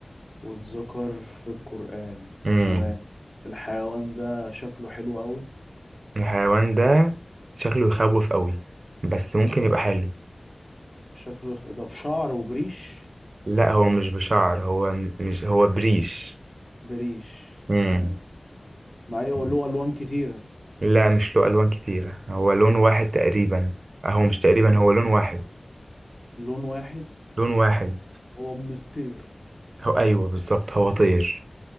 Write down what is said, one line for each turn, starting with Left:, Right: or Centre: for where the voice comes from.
Left: واتذكر في القرآن
Right: امم
Left: تمام الحيوان ده شكله حلو قوي
Right: الحيوان ده شكله يخوف قوي بس ممكن يبقى حلو
Left: شكله يخ- ده بشعر وبريش
Right: لا هو مش بشعر هو م- مش هو بريش
Left: بريش
Right: امم
Left: تمام مع ايه
Right: مم.
Left: له ألوان كتيرة
Right: لا مش له ألوان كتيرة هو لون واحد تقريبا آه، هو مش تقريبا هو لون واحد
Left: لون واحد
Right: لون واحد
Left: هو من الطير
Right: هو أيوه بالظبط هو طير